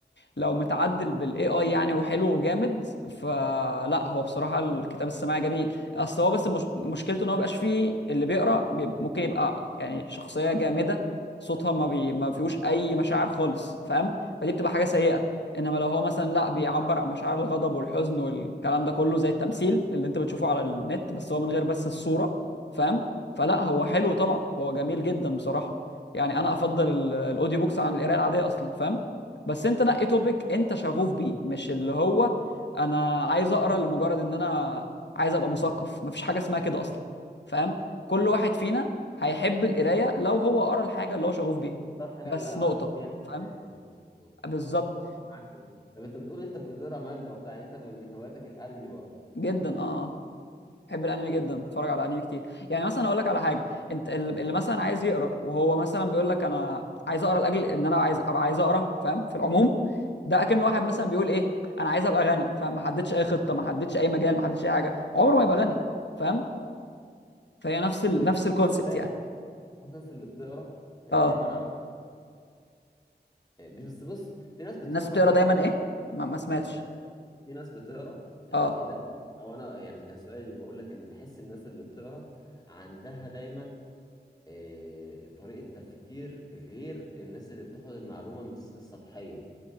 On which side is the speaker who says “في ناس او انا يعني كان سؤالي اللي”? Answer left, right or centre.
Left